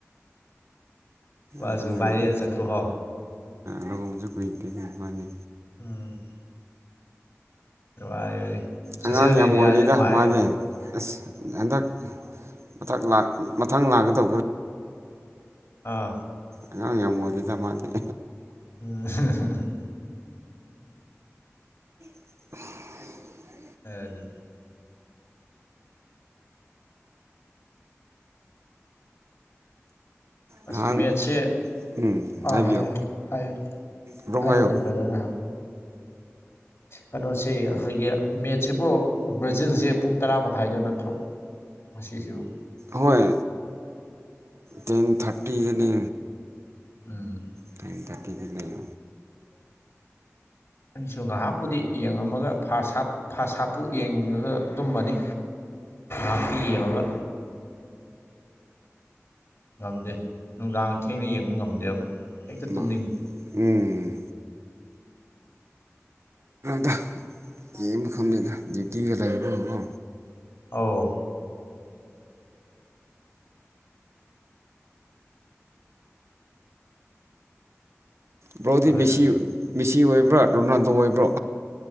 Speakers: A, on the left; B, on the right.
A: ꯃꯥꯁꯨ
B: ꯑꯗꯨꯗꯤ
A: ꯚꯥꯏꯔꯦꯜ ꯆꯠꯄꯀꯣ
B: ꯂꯒꯥꯎꯁꯨ ꯀꯏ ꯀꯗꯔꯤꯅ ꯃꯥꯅꯤ
A: ꯎꯝ ꯅꯨꯡꯉꯥꯏꯕꯅꯤ
B: ꯑꯉꯥꯡ
A: ꯁꯣꯁꯤꯌꯦꯜ
B: ꯌꯥꯝ
A: ꯃꯦꯗꯤꯌꯥꯁꯦ
B: ꯑꯣꯏꯔꯤꯦꯗ
A: ꯅꯨꯡꯉꯥꯏ
B: ꯃꯥꯗꯤ ꯑꯁ ꯍꯟꯗꯛ ꯃꯊ ꯃꯊꯪ ꯂꯥꯛꯒꯗꯧꯕ
A: ꯑꯥ
B: ꯑꯉꯥꯡ ꯌꯥꯝꯃ ꯑꯣꯏꯗꯗ ꯃꯥꯥꯟꯗꯤꯦ
A: ꯎꯝ
B: <unintelligible>
A: ꯑ ꯑꯗꯨ ꯑꯁ
B: ꯅꯍꯥꯟ
A: ꯃꯦꯠꯁꯦ
B: ꯎꯝ
A: ꯑꯥ
B: ꯍꯥꯏꯕꯤꯌꯨ
A: ꯍꯥꯏꯌꯨ ꯍꯥꯏ
B: ꯕ꯭ꯔꯣ
A: ꯍꯥꯏꯔꯑꯣꯅꯦ
B: ꯍꯥꯏꯌꯨ
A: ꯕ꯭ꯔꯗꯔ ꯅꯍꯥꯟ ꯀꯩꯅꯣꯁꯦ ꯑꯩꯈꯣꯏꯒꯤ ꯃꯦꯠꯁꯤꯕꯨ ꯕ꯭ꯔꯥꯖꯤꯜꯁꯦ ꯄꯨꯡ ꯇꯔꯥ ꯃꯈꯥꯏꯗ ꯅꯠꯇ꯭ꯔꯣ ꯃꯁꯤꯁꯤꯁꯤꯕ
B: ꯍꯣꯏ ꯇꯦꯟ ꯊꯥꯔꯇꯤꯅꯤ
A: ꯎꯝ
B: ꯇ ꯊꯥꯔꯇ ꯀ ꯀ <unintelligible>
A: ꯑꯩꯁꯨ ꯉꯥꯏꯍꯥꯛꯄꯨꯗꯤ ꯌꯦꯡꯉꯝꯃꯒ ꯐ ꯍꯥ ꯐ ꯍꯥꯞꯄꯨ ꯌꯦꯡꯉꯒ ꯇꯨꯝꯃꯅꯤ ꯑꯄꯤꯤ ꯑꯕ ꯉꯝꯗꯦ ꯅꯨꯡꯗꯥꯡ ꯊꯦꯡꯅ ꯌꯦꯡꯕ ꯉꯝꯗꯦꯕ ꯍꯦꯛꯇ
B: ꯑꯃ
A: ꯇꯨꯝꯅꯤꯡꯉꯤ
B: ꯎꯝ ꯗ ꯌꯦꯡꯕꯐꯝ ꯂꯩꯅ ꯇꯤꯃꯦ ꯂꯦꯕꯣꯀꯣ
A: ꯑꯧ
B: ꯕ꯭ꯔꯥꯎꯗꯤ
A: ꯑꯗꯨꯅꯤ
B: ꯃꯦꯁꯤ ꯃꯦꯁꯤ ꯑꯣꯏꯕ꯭ꯔꯥ ꯔꯣꯅꯥꯜꯗꯣ ꯑꯣꯏꯕ꯭ꯔꯣ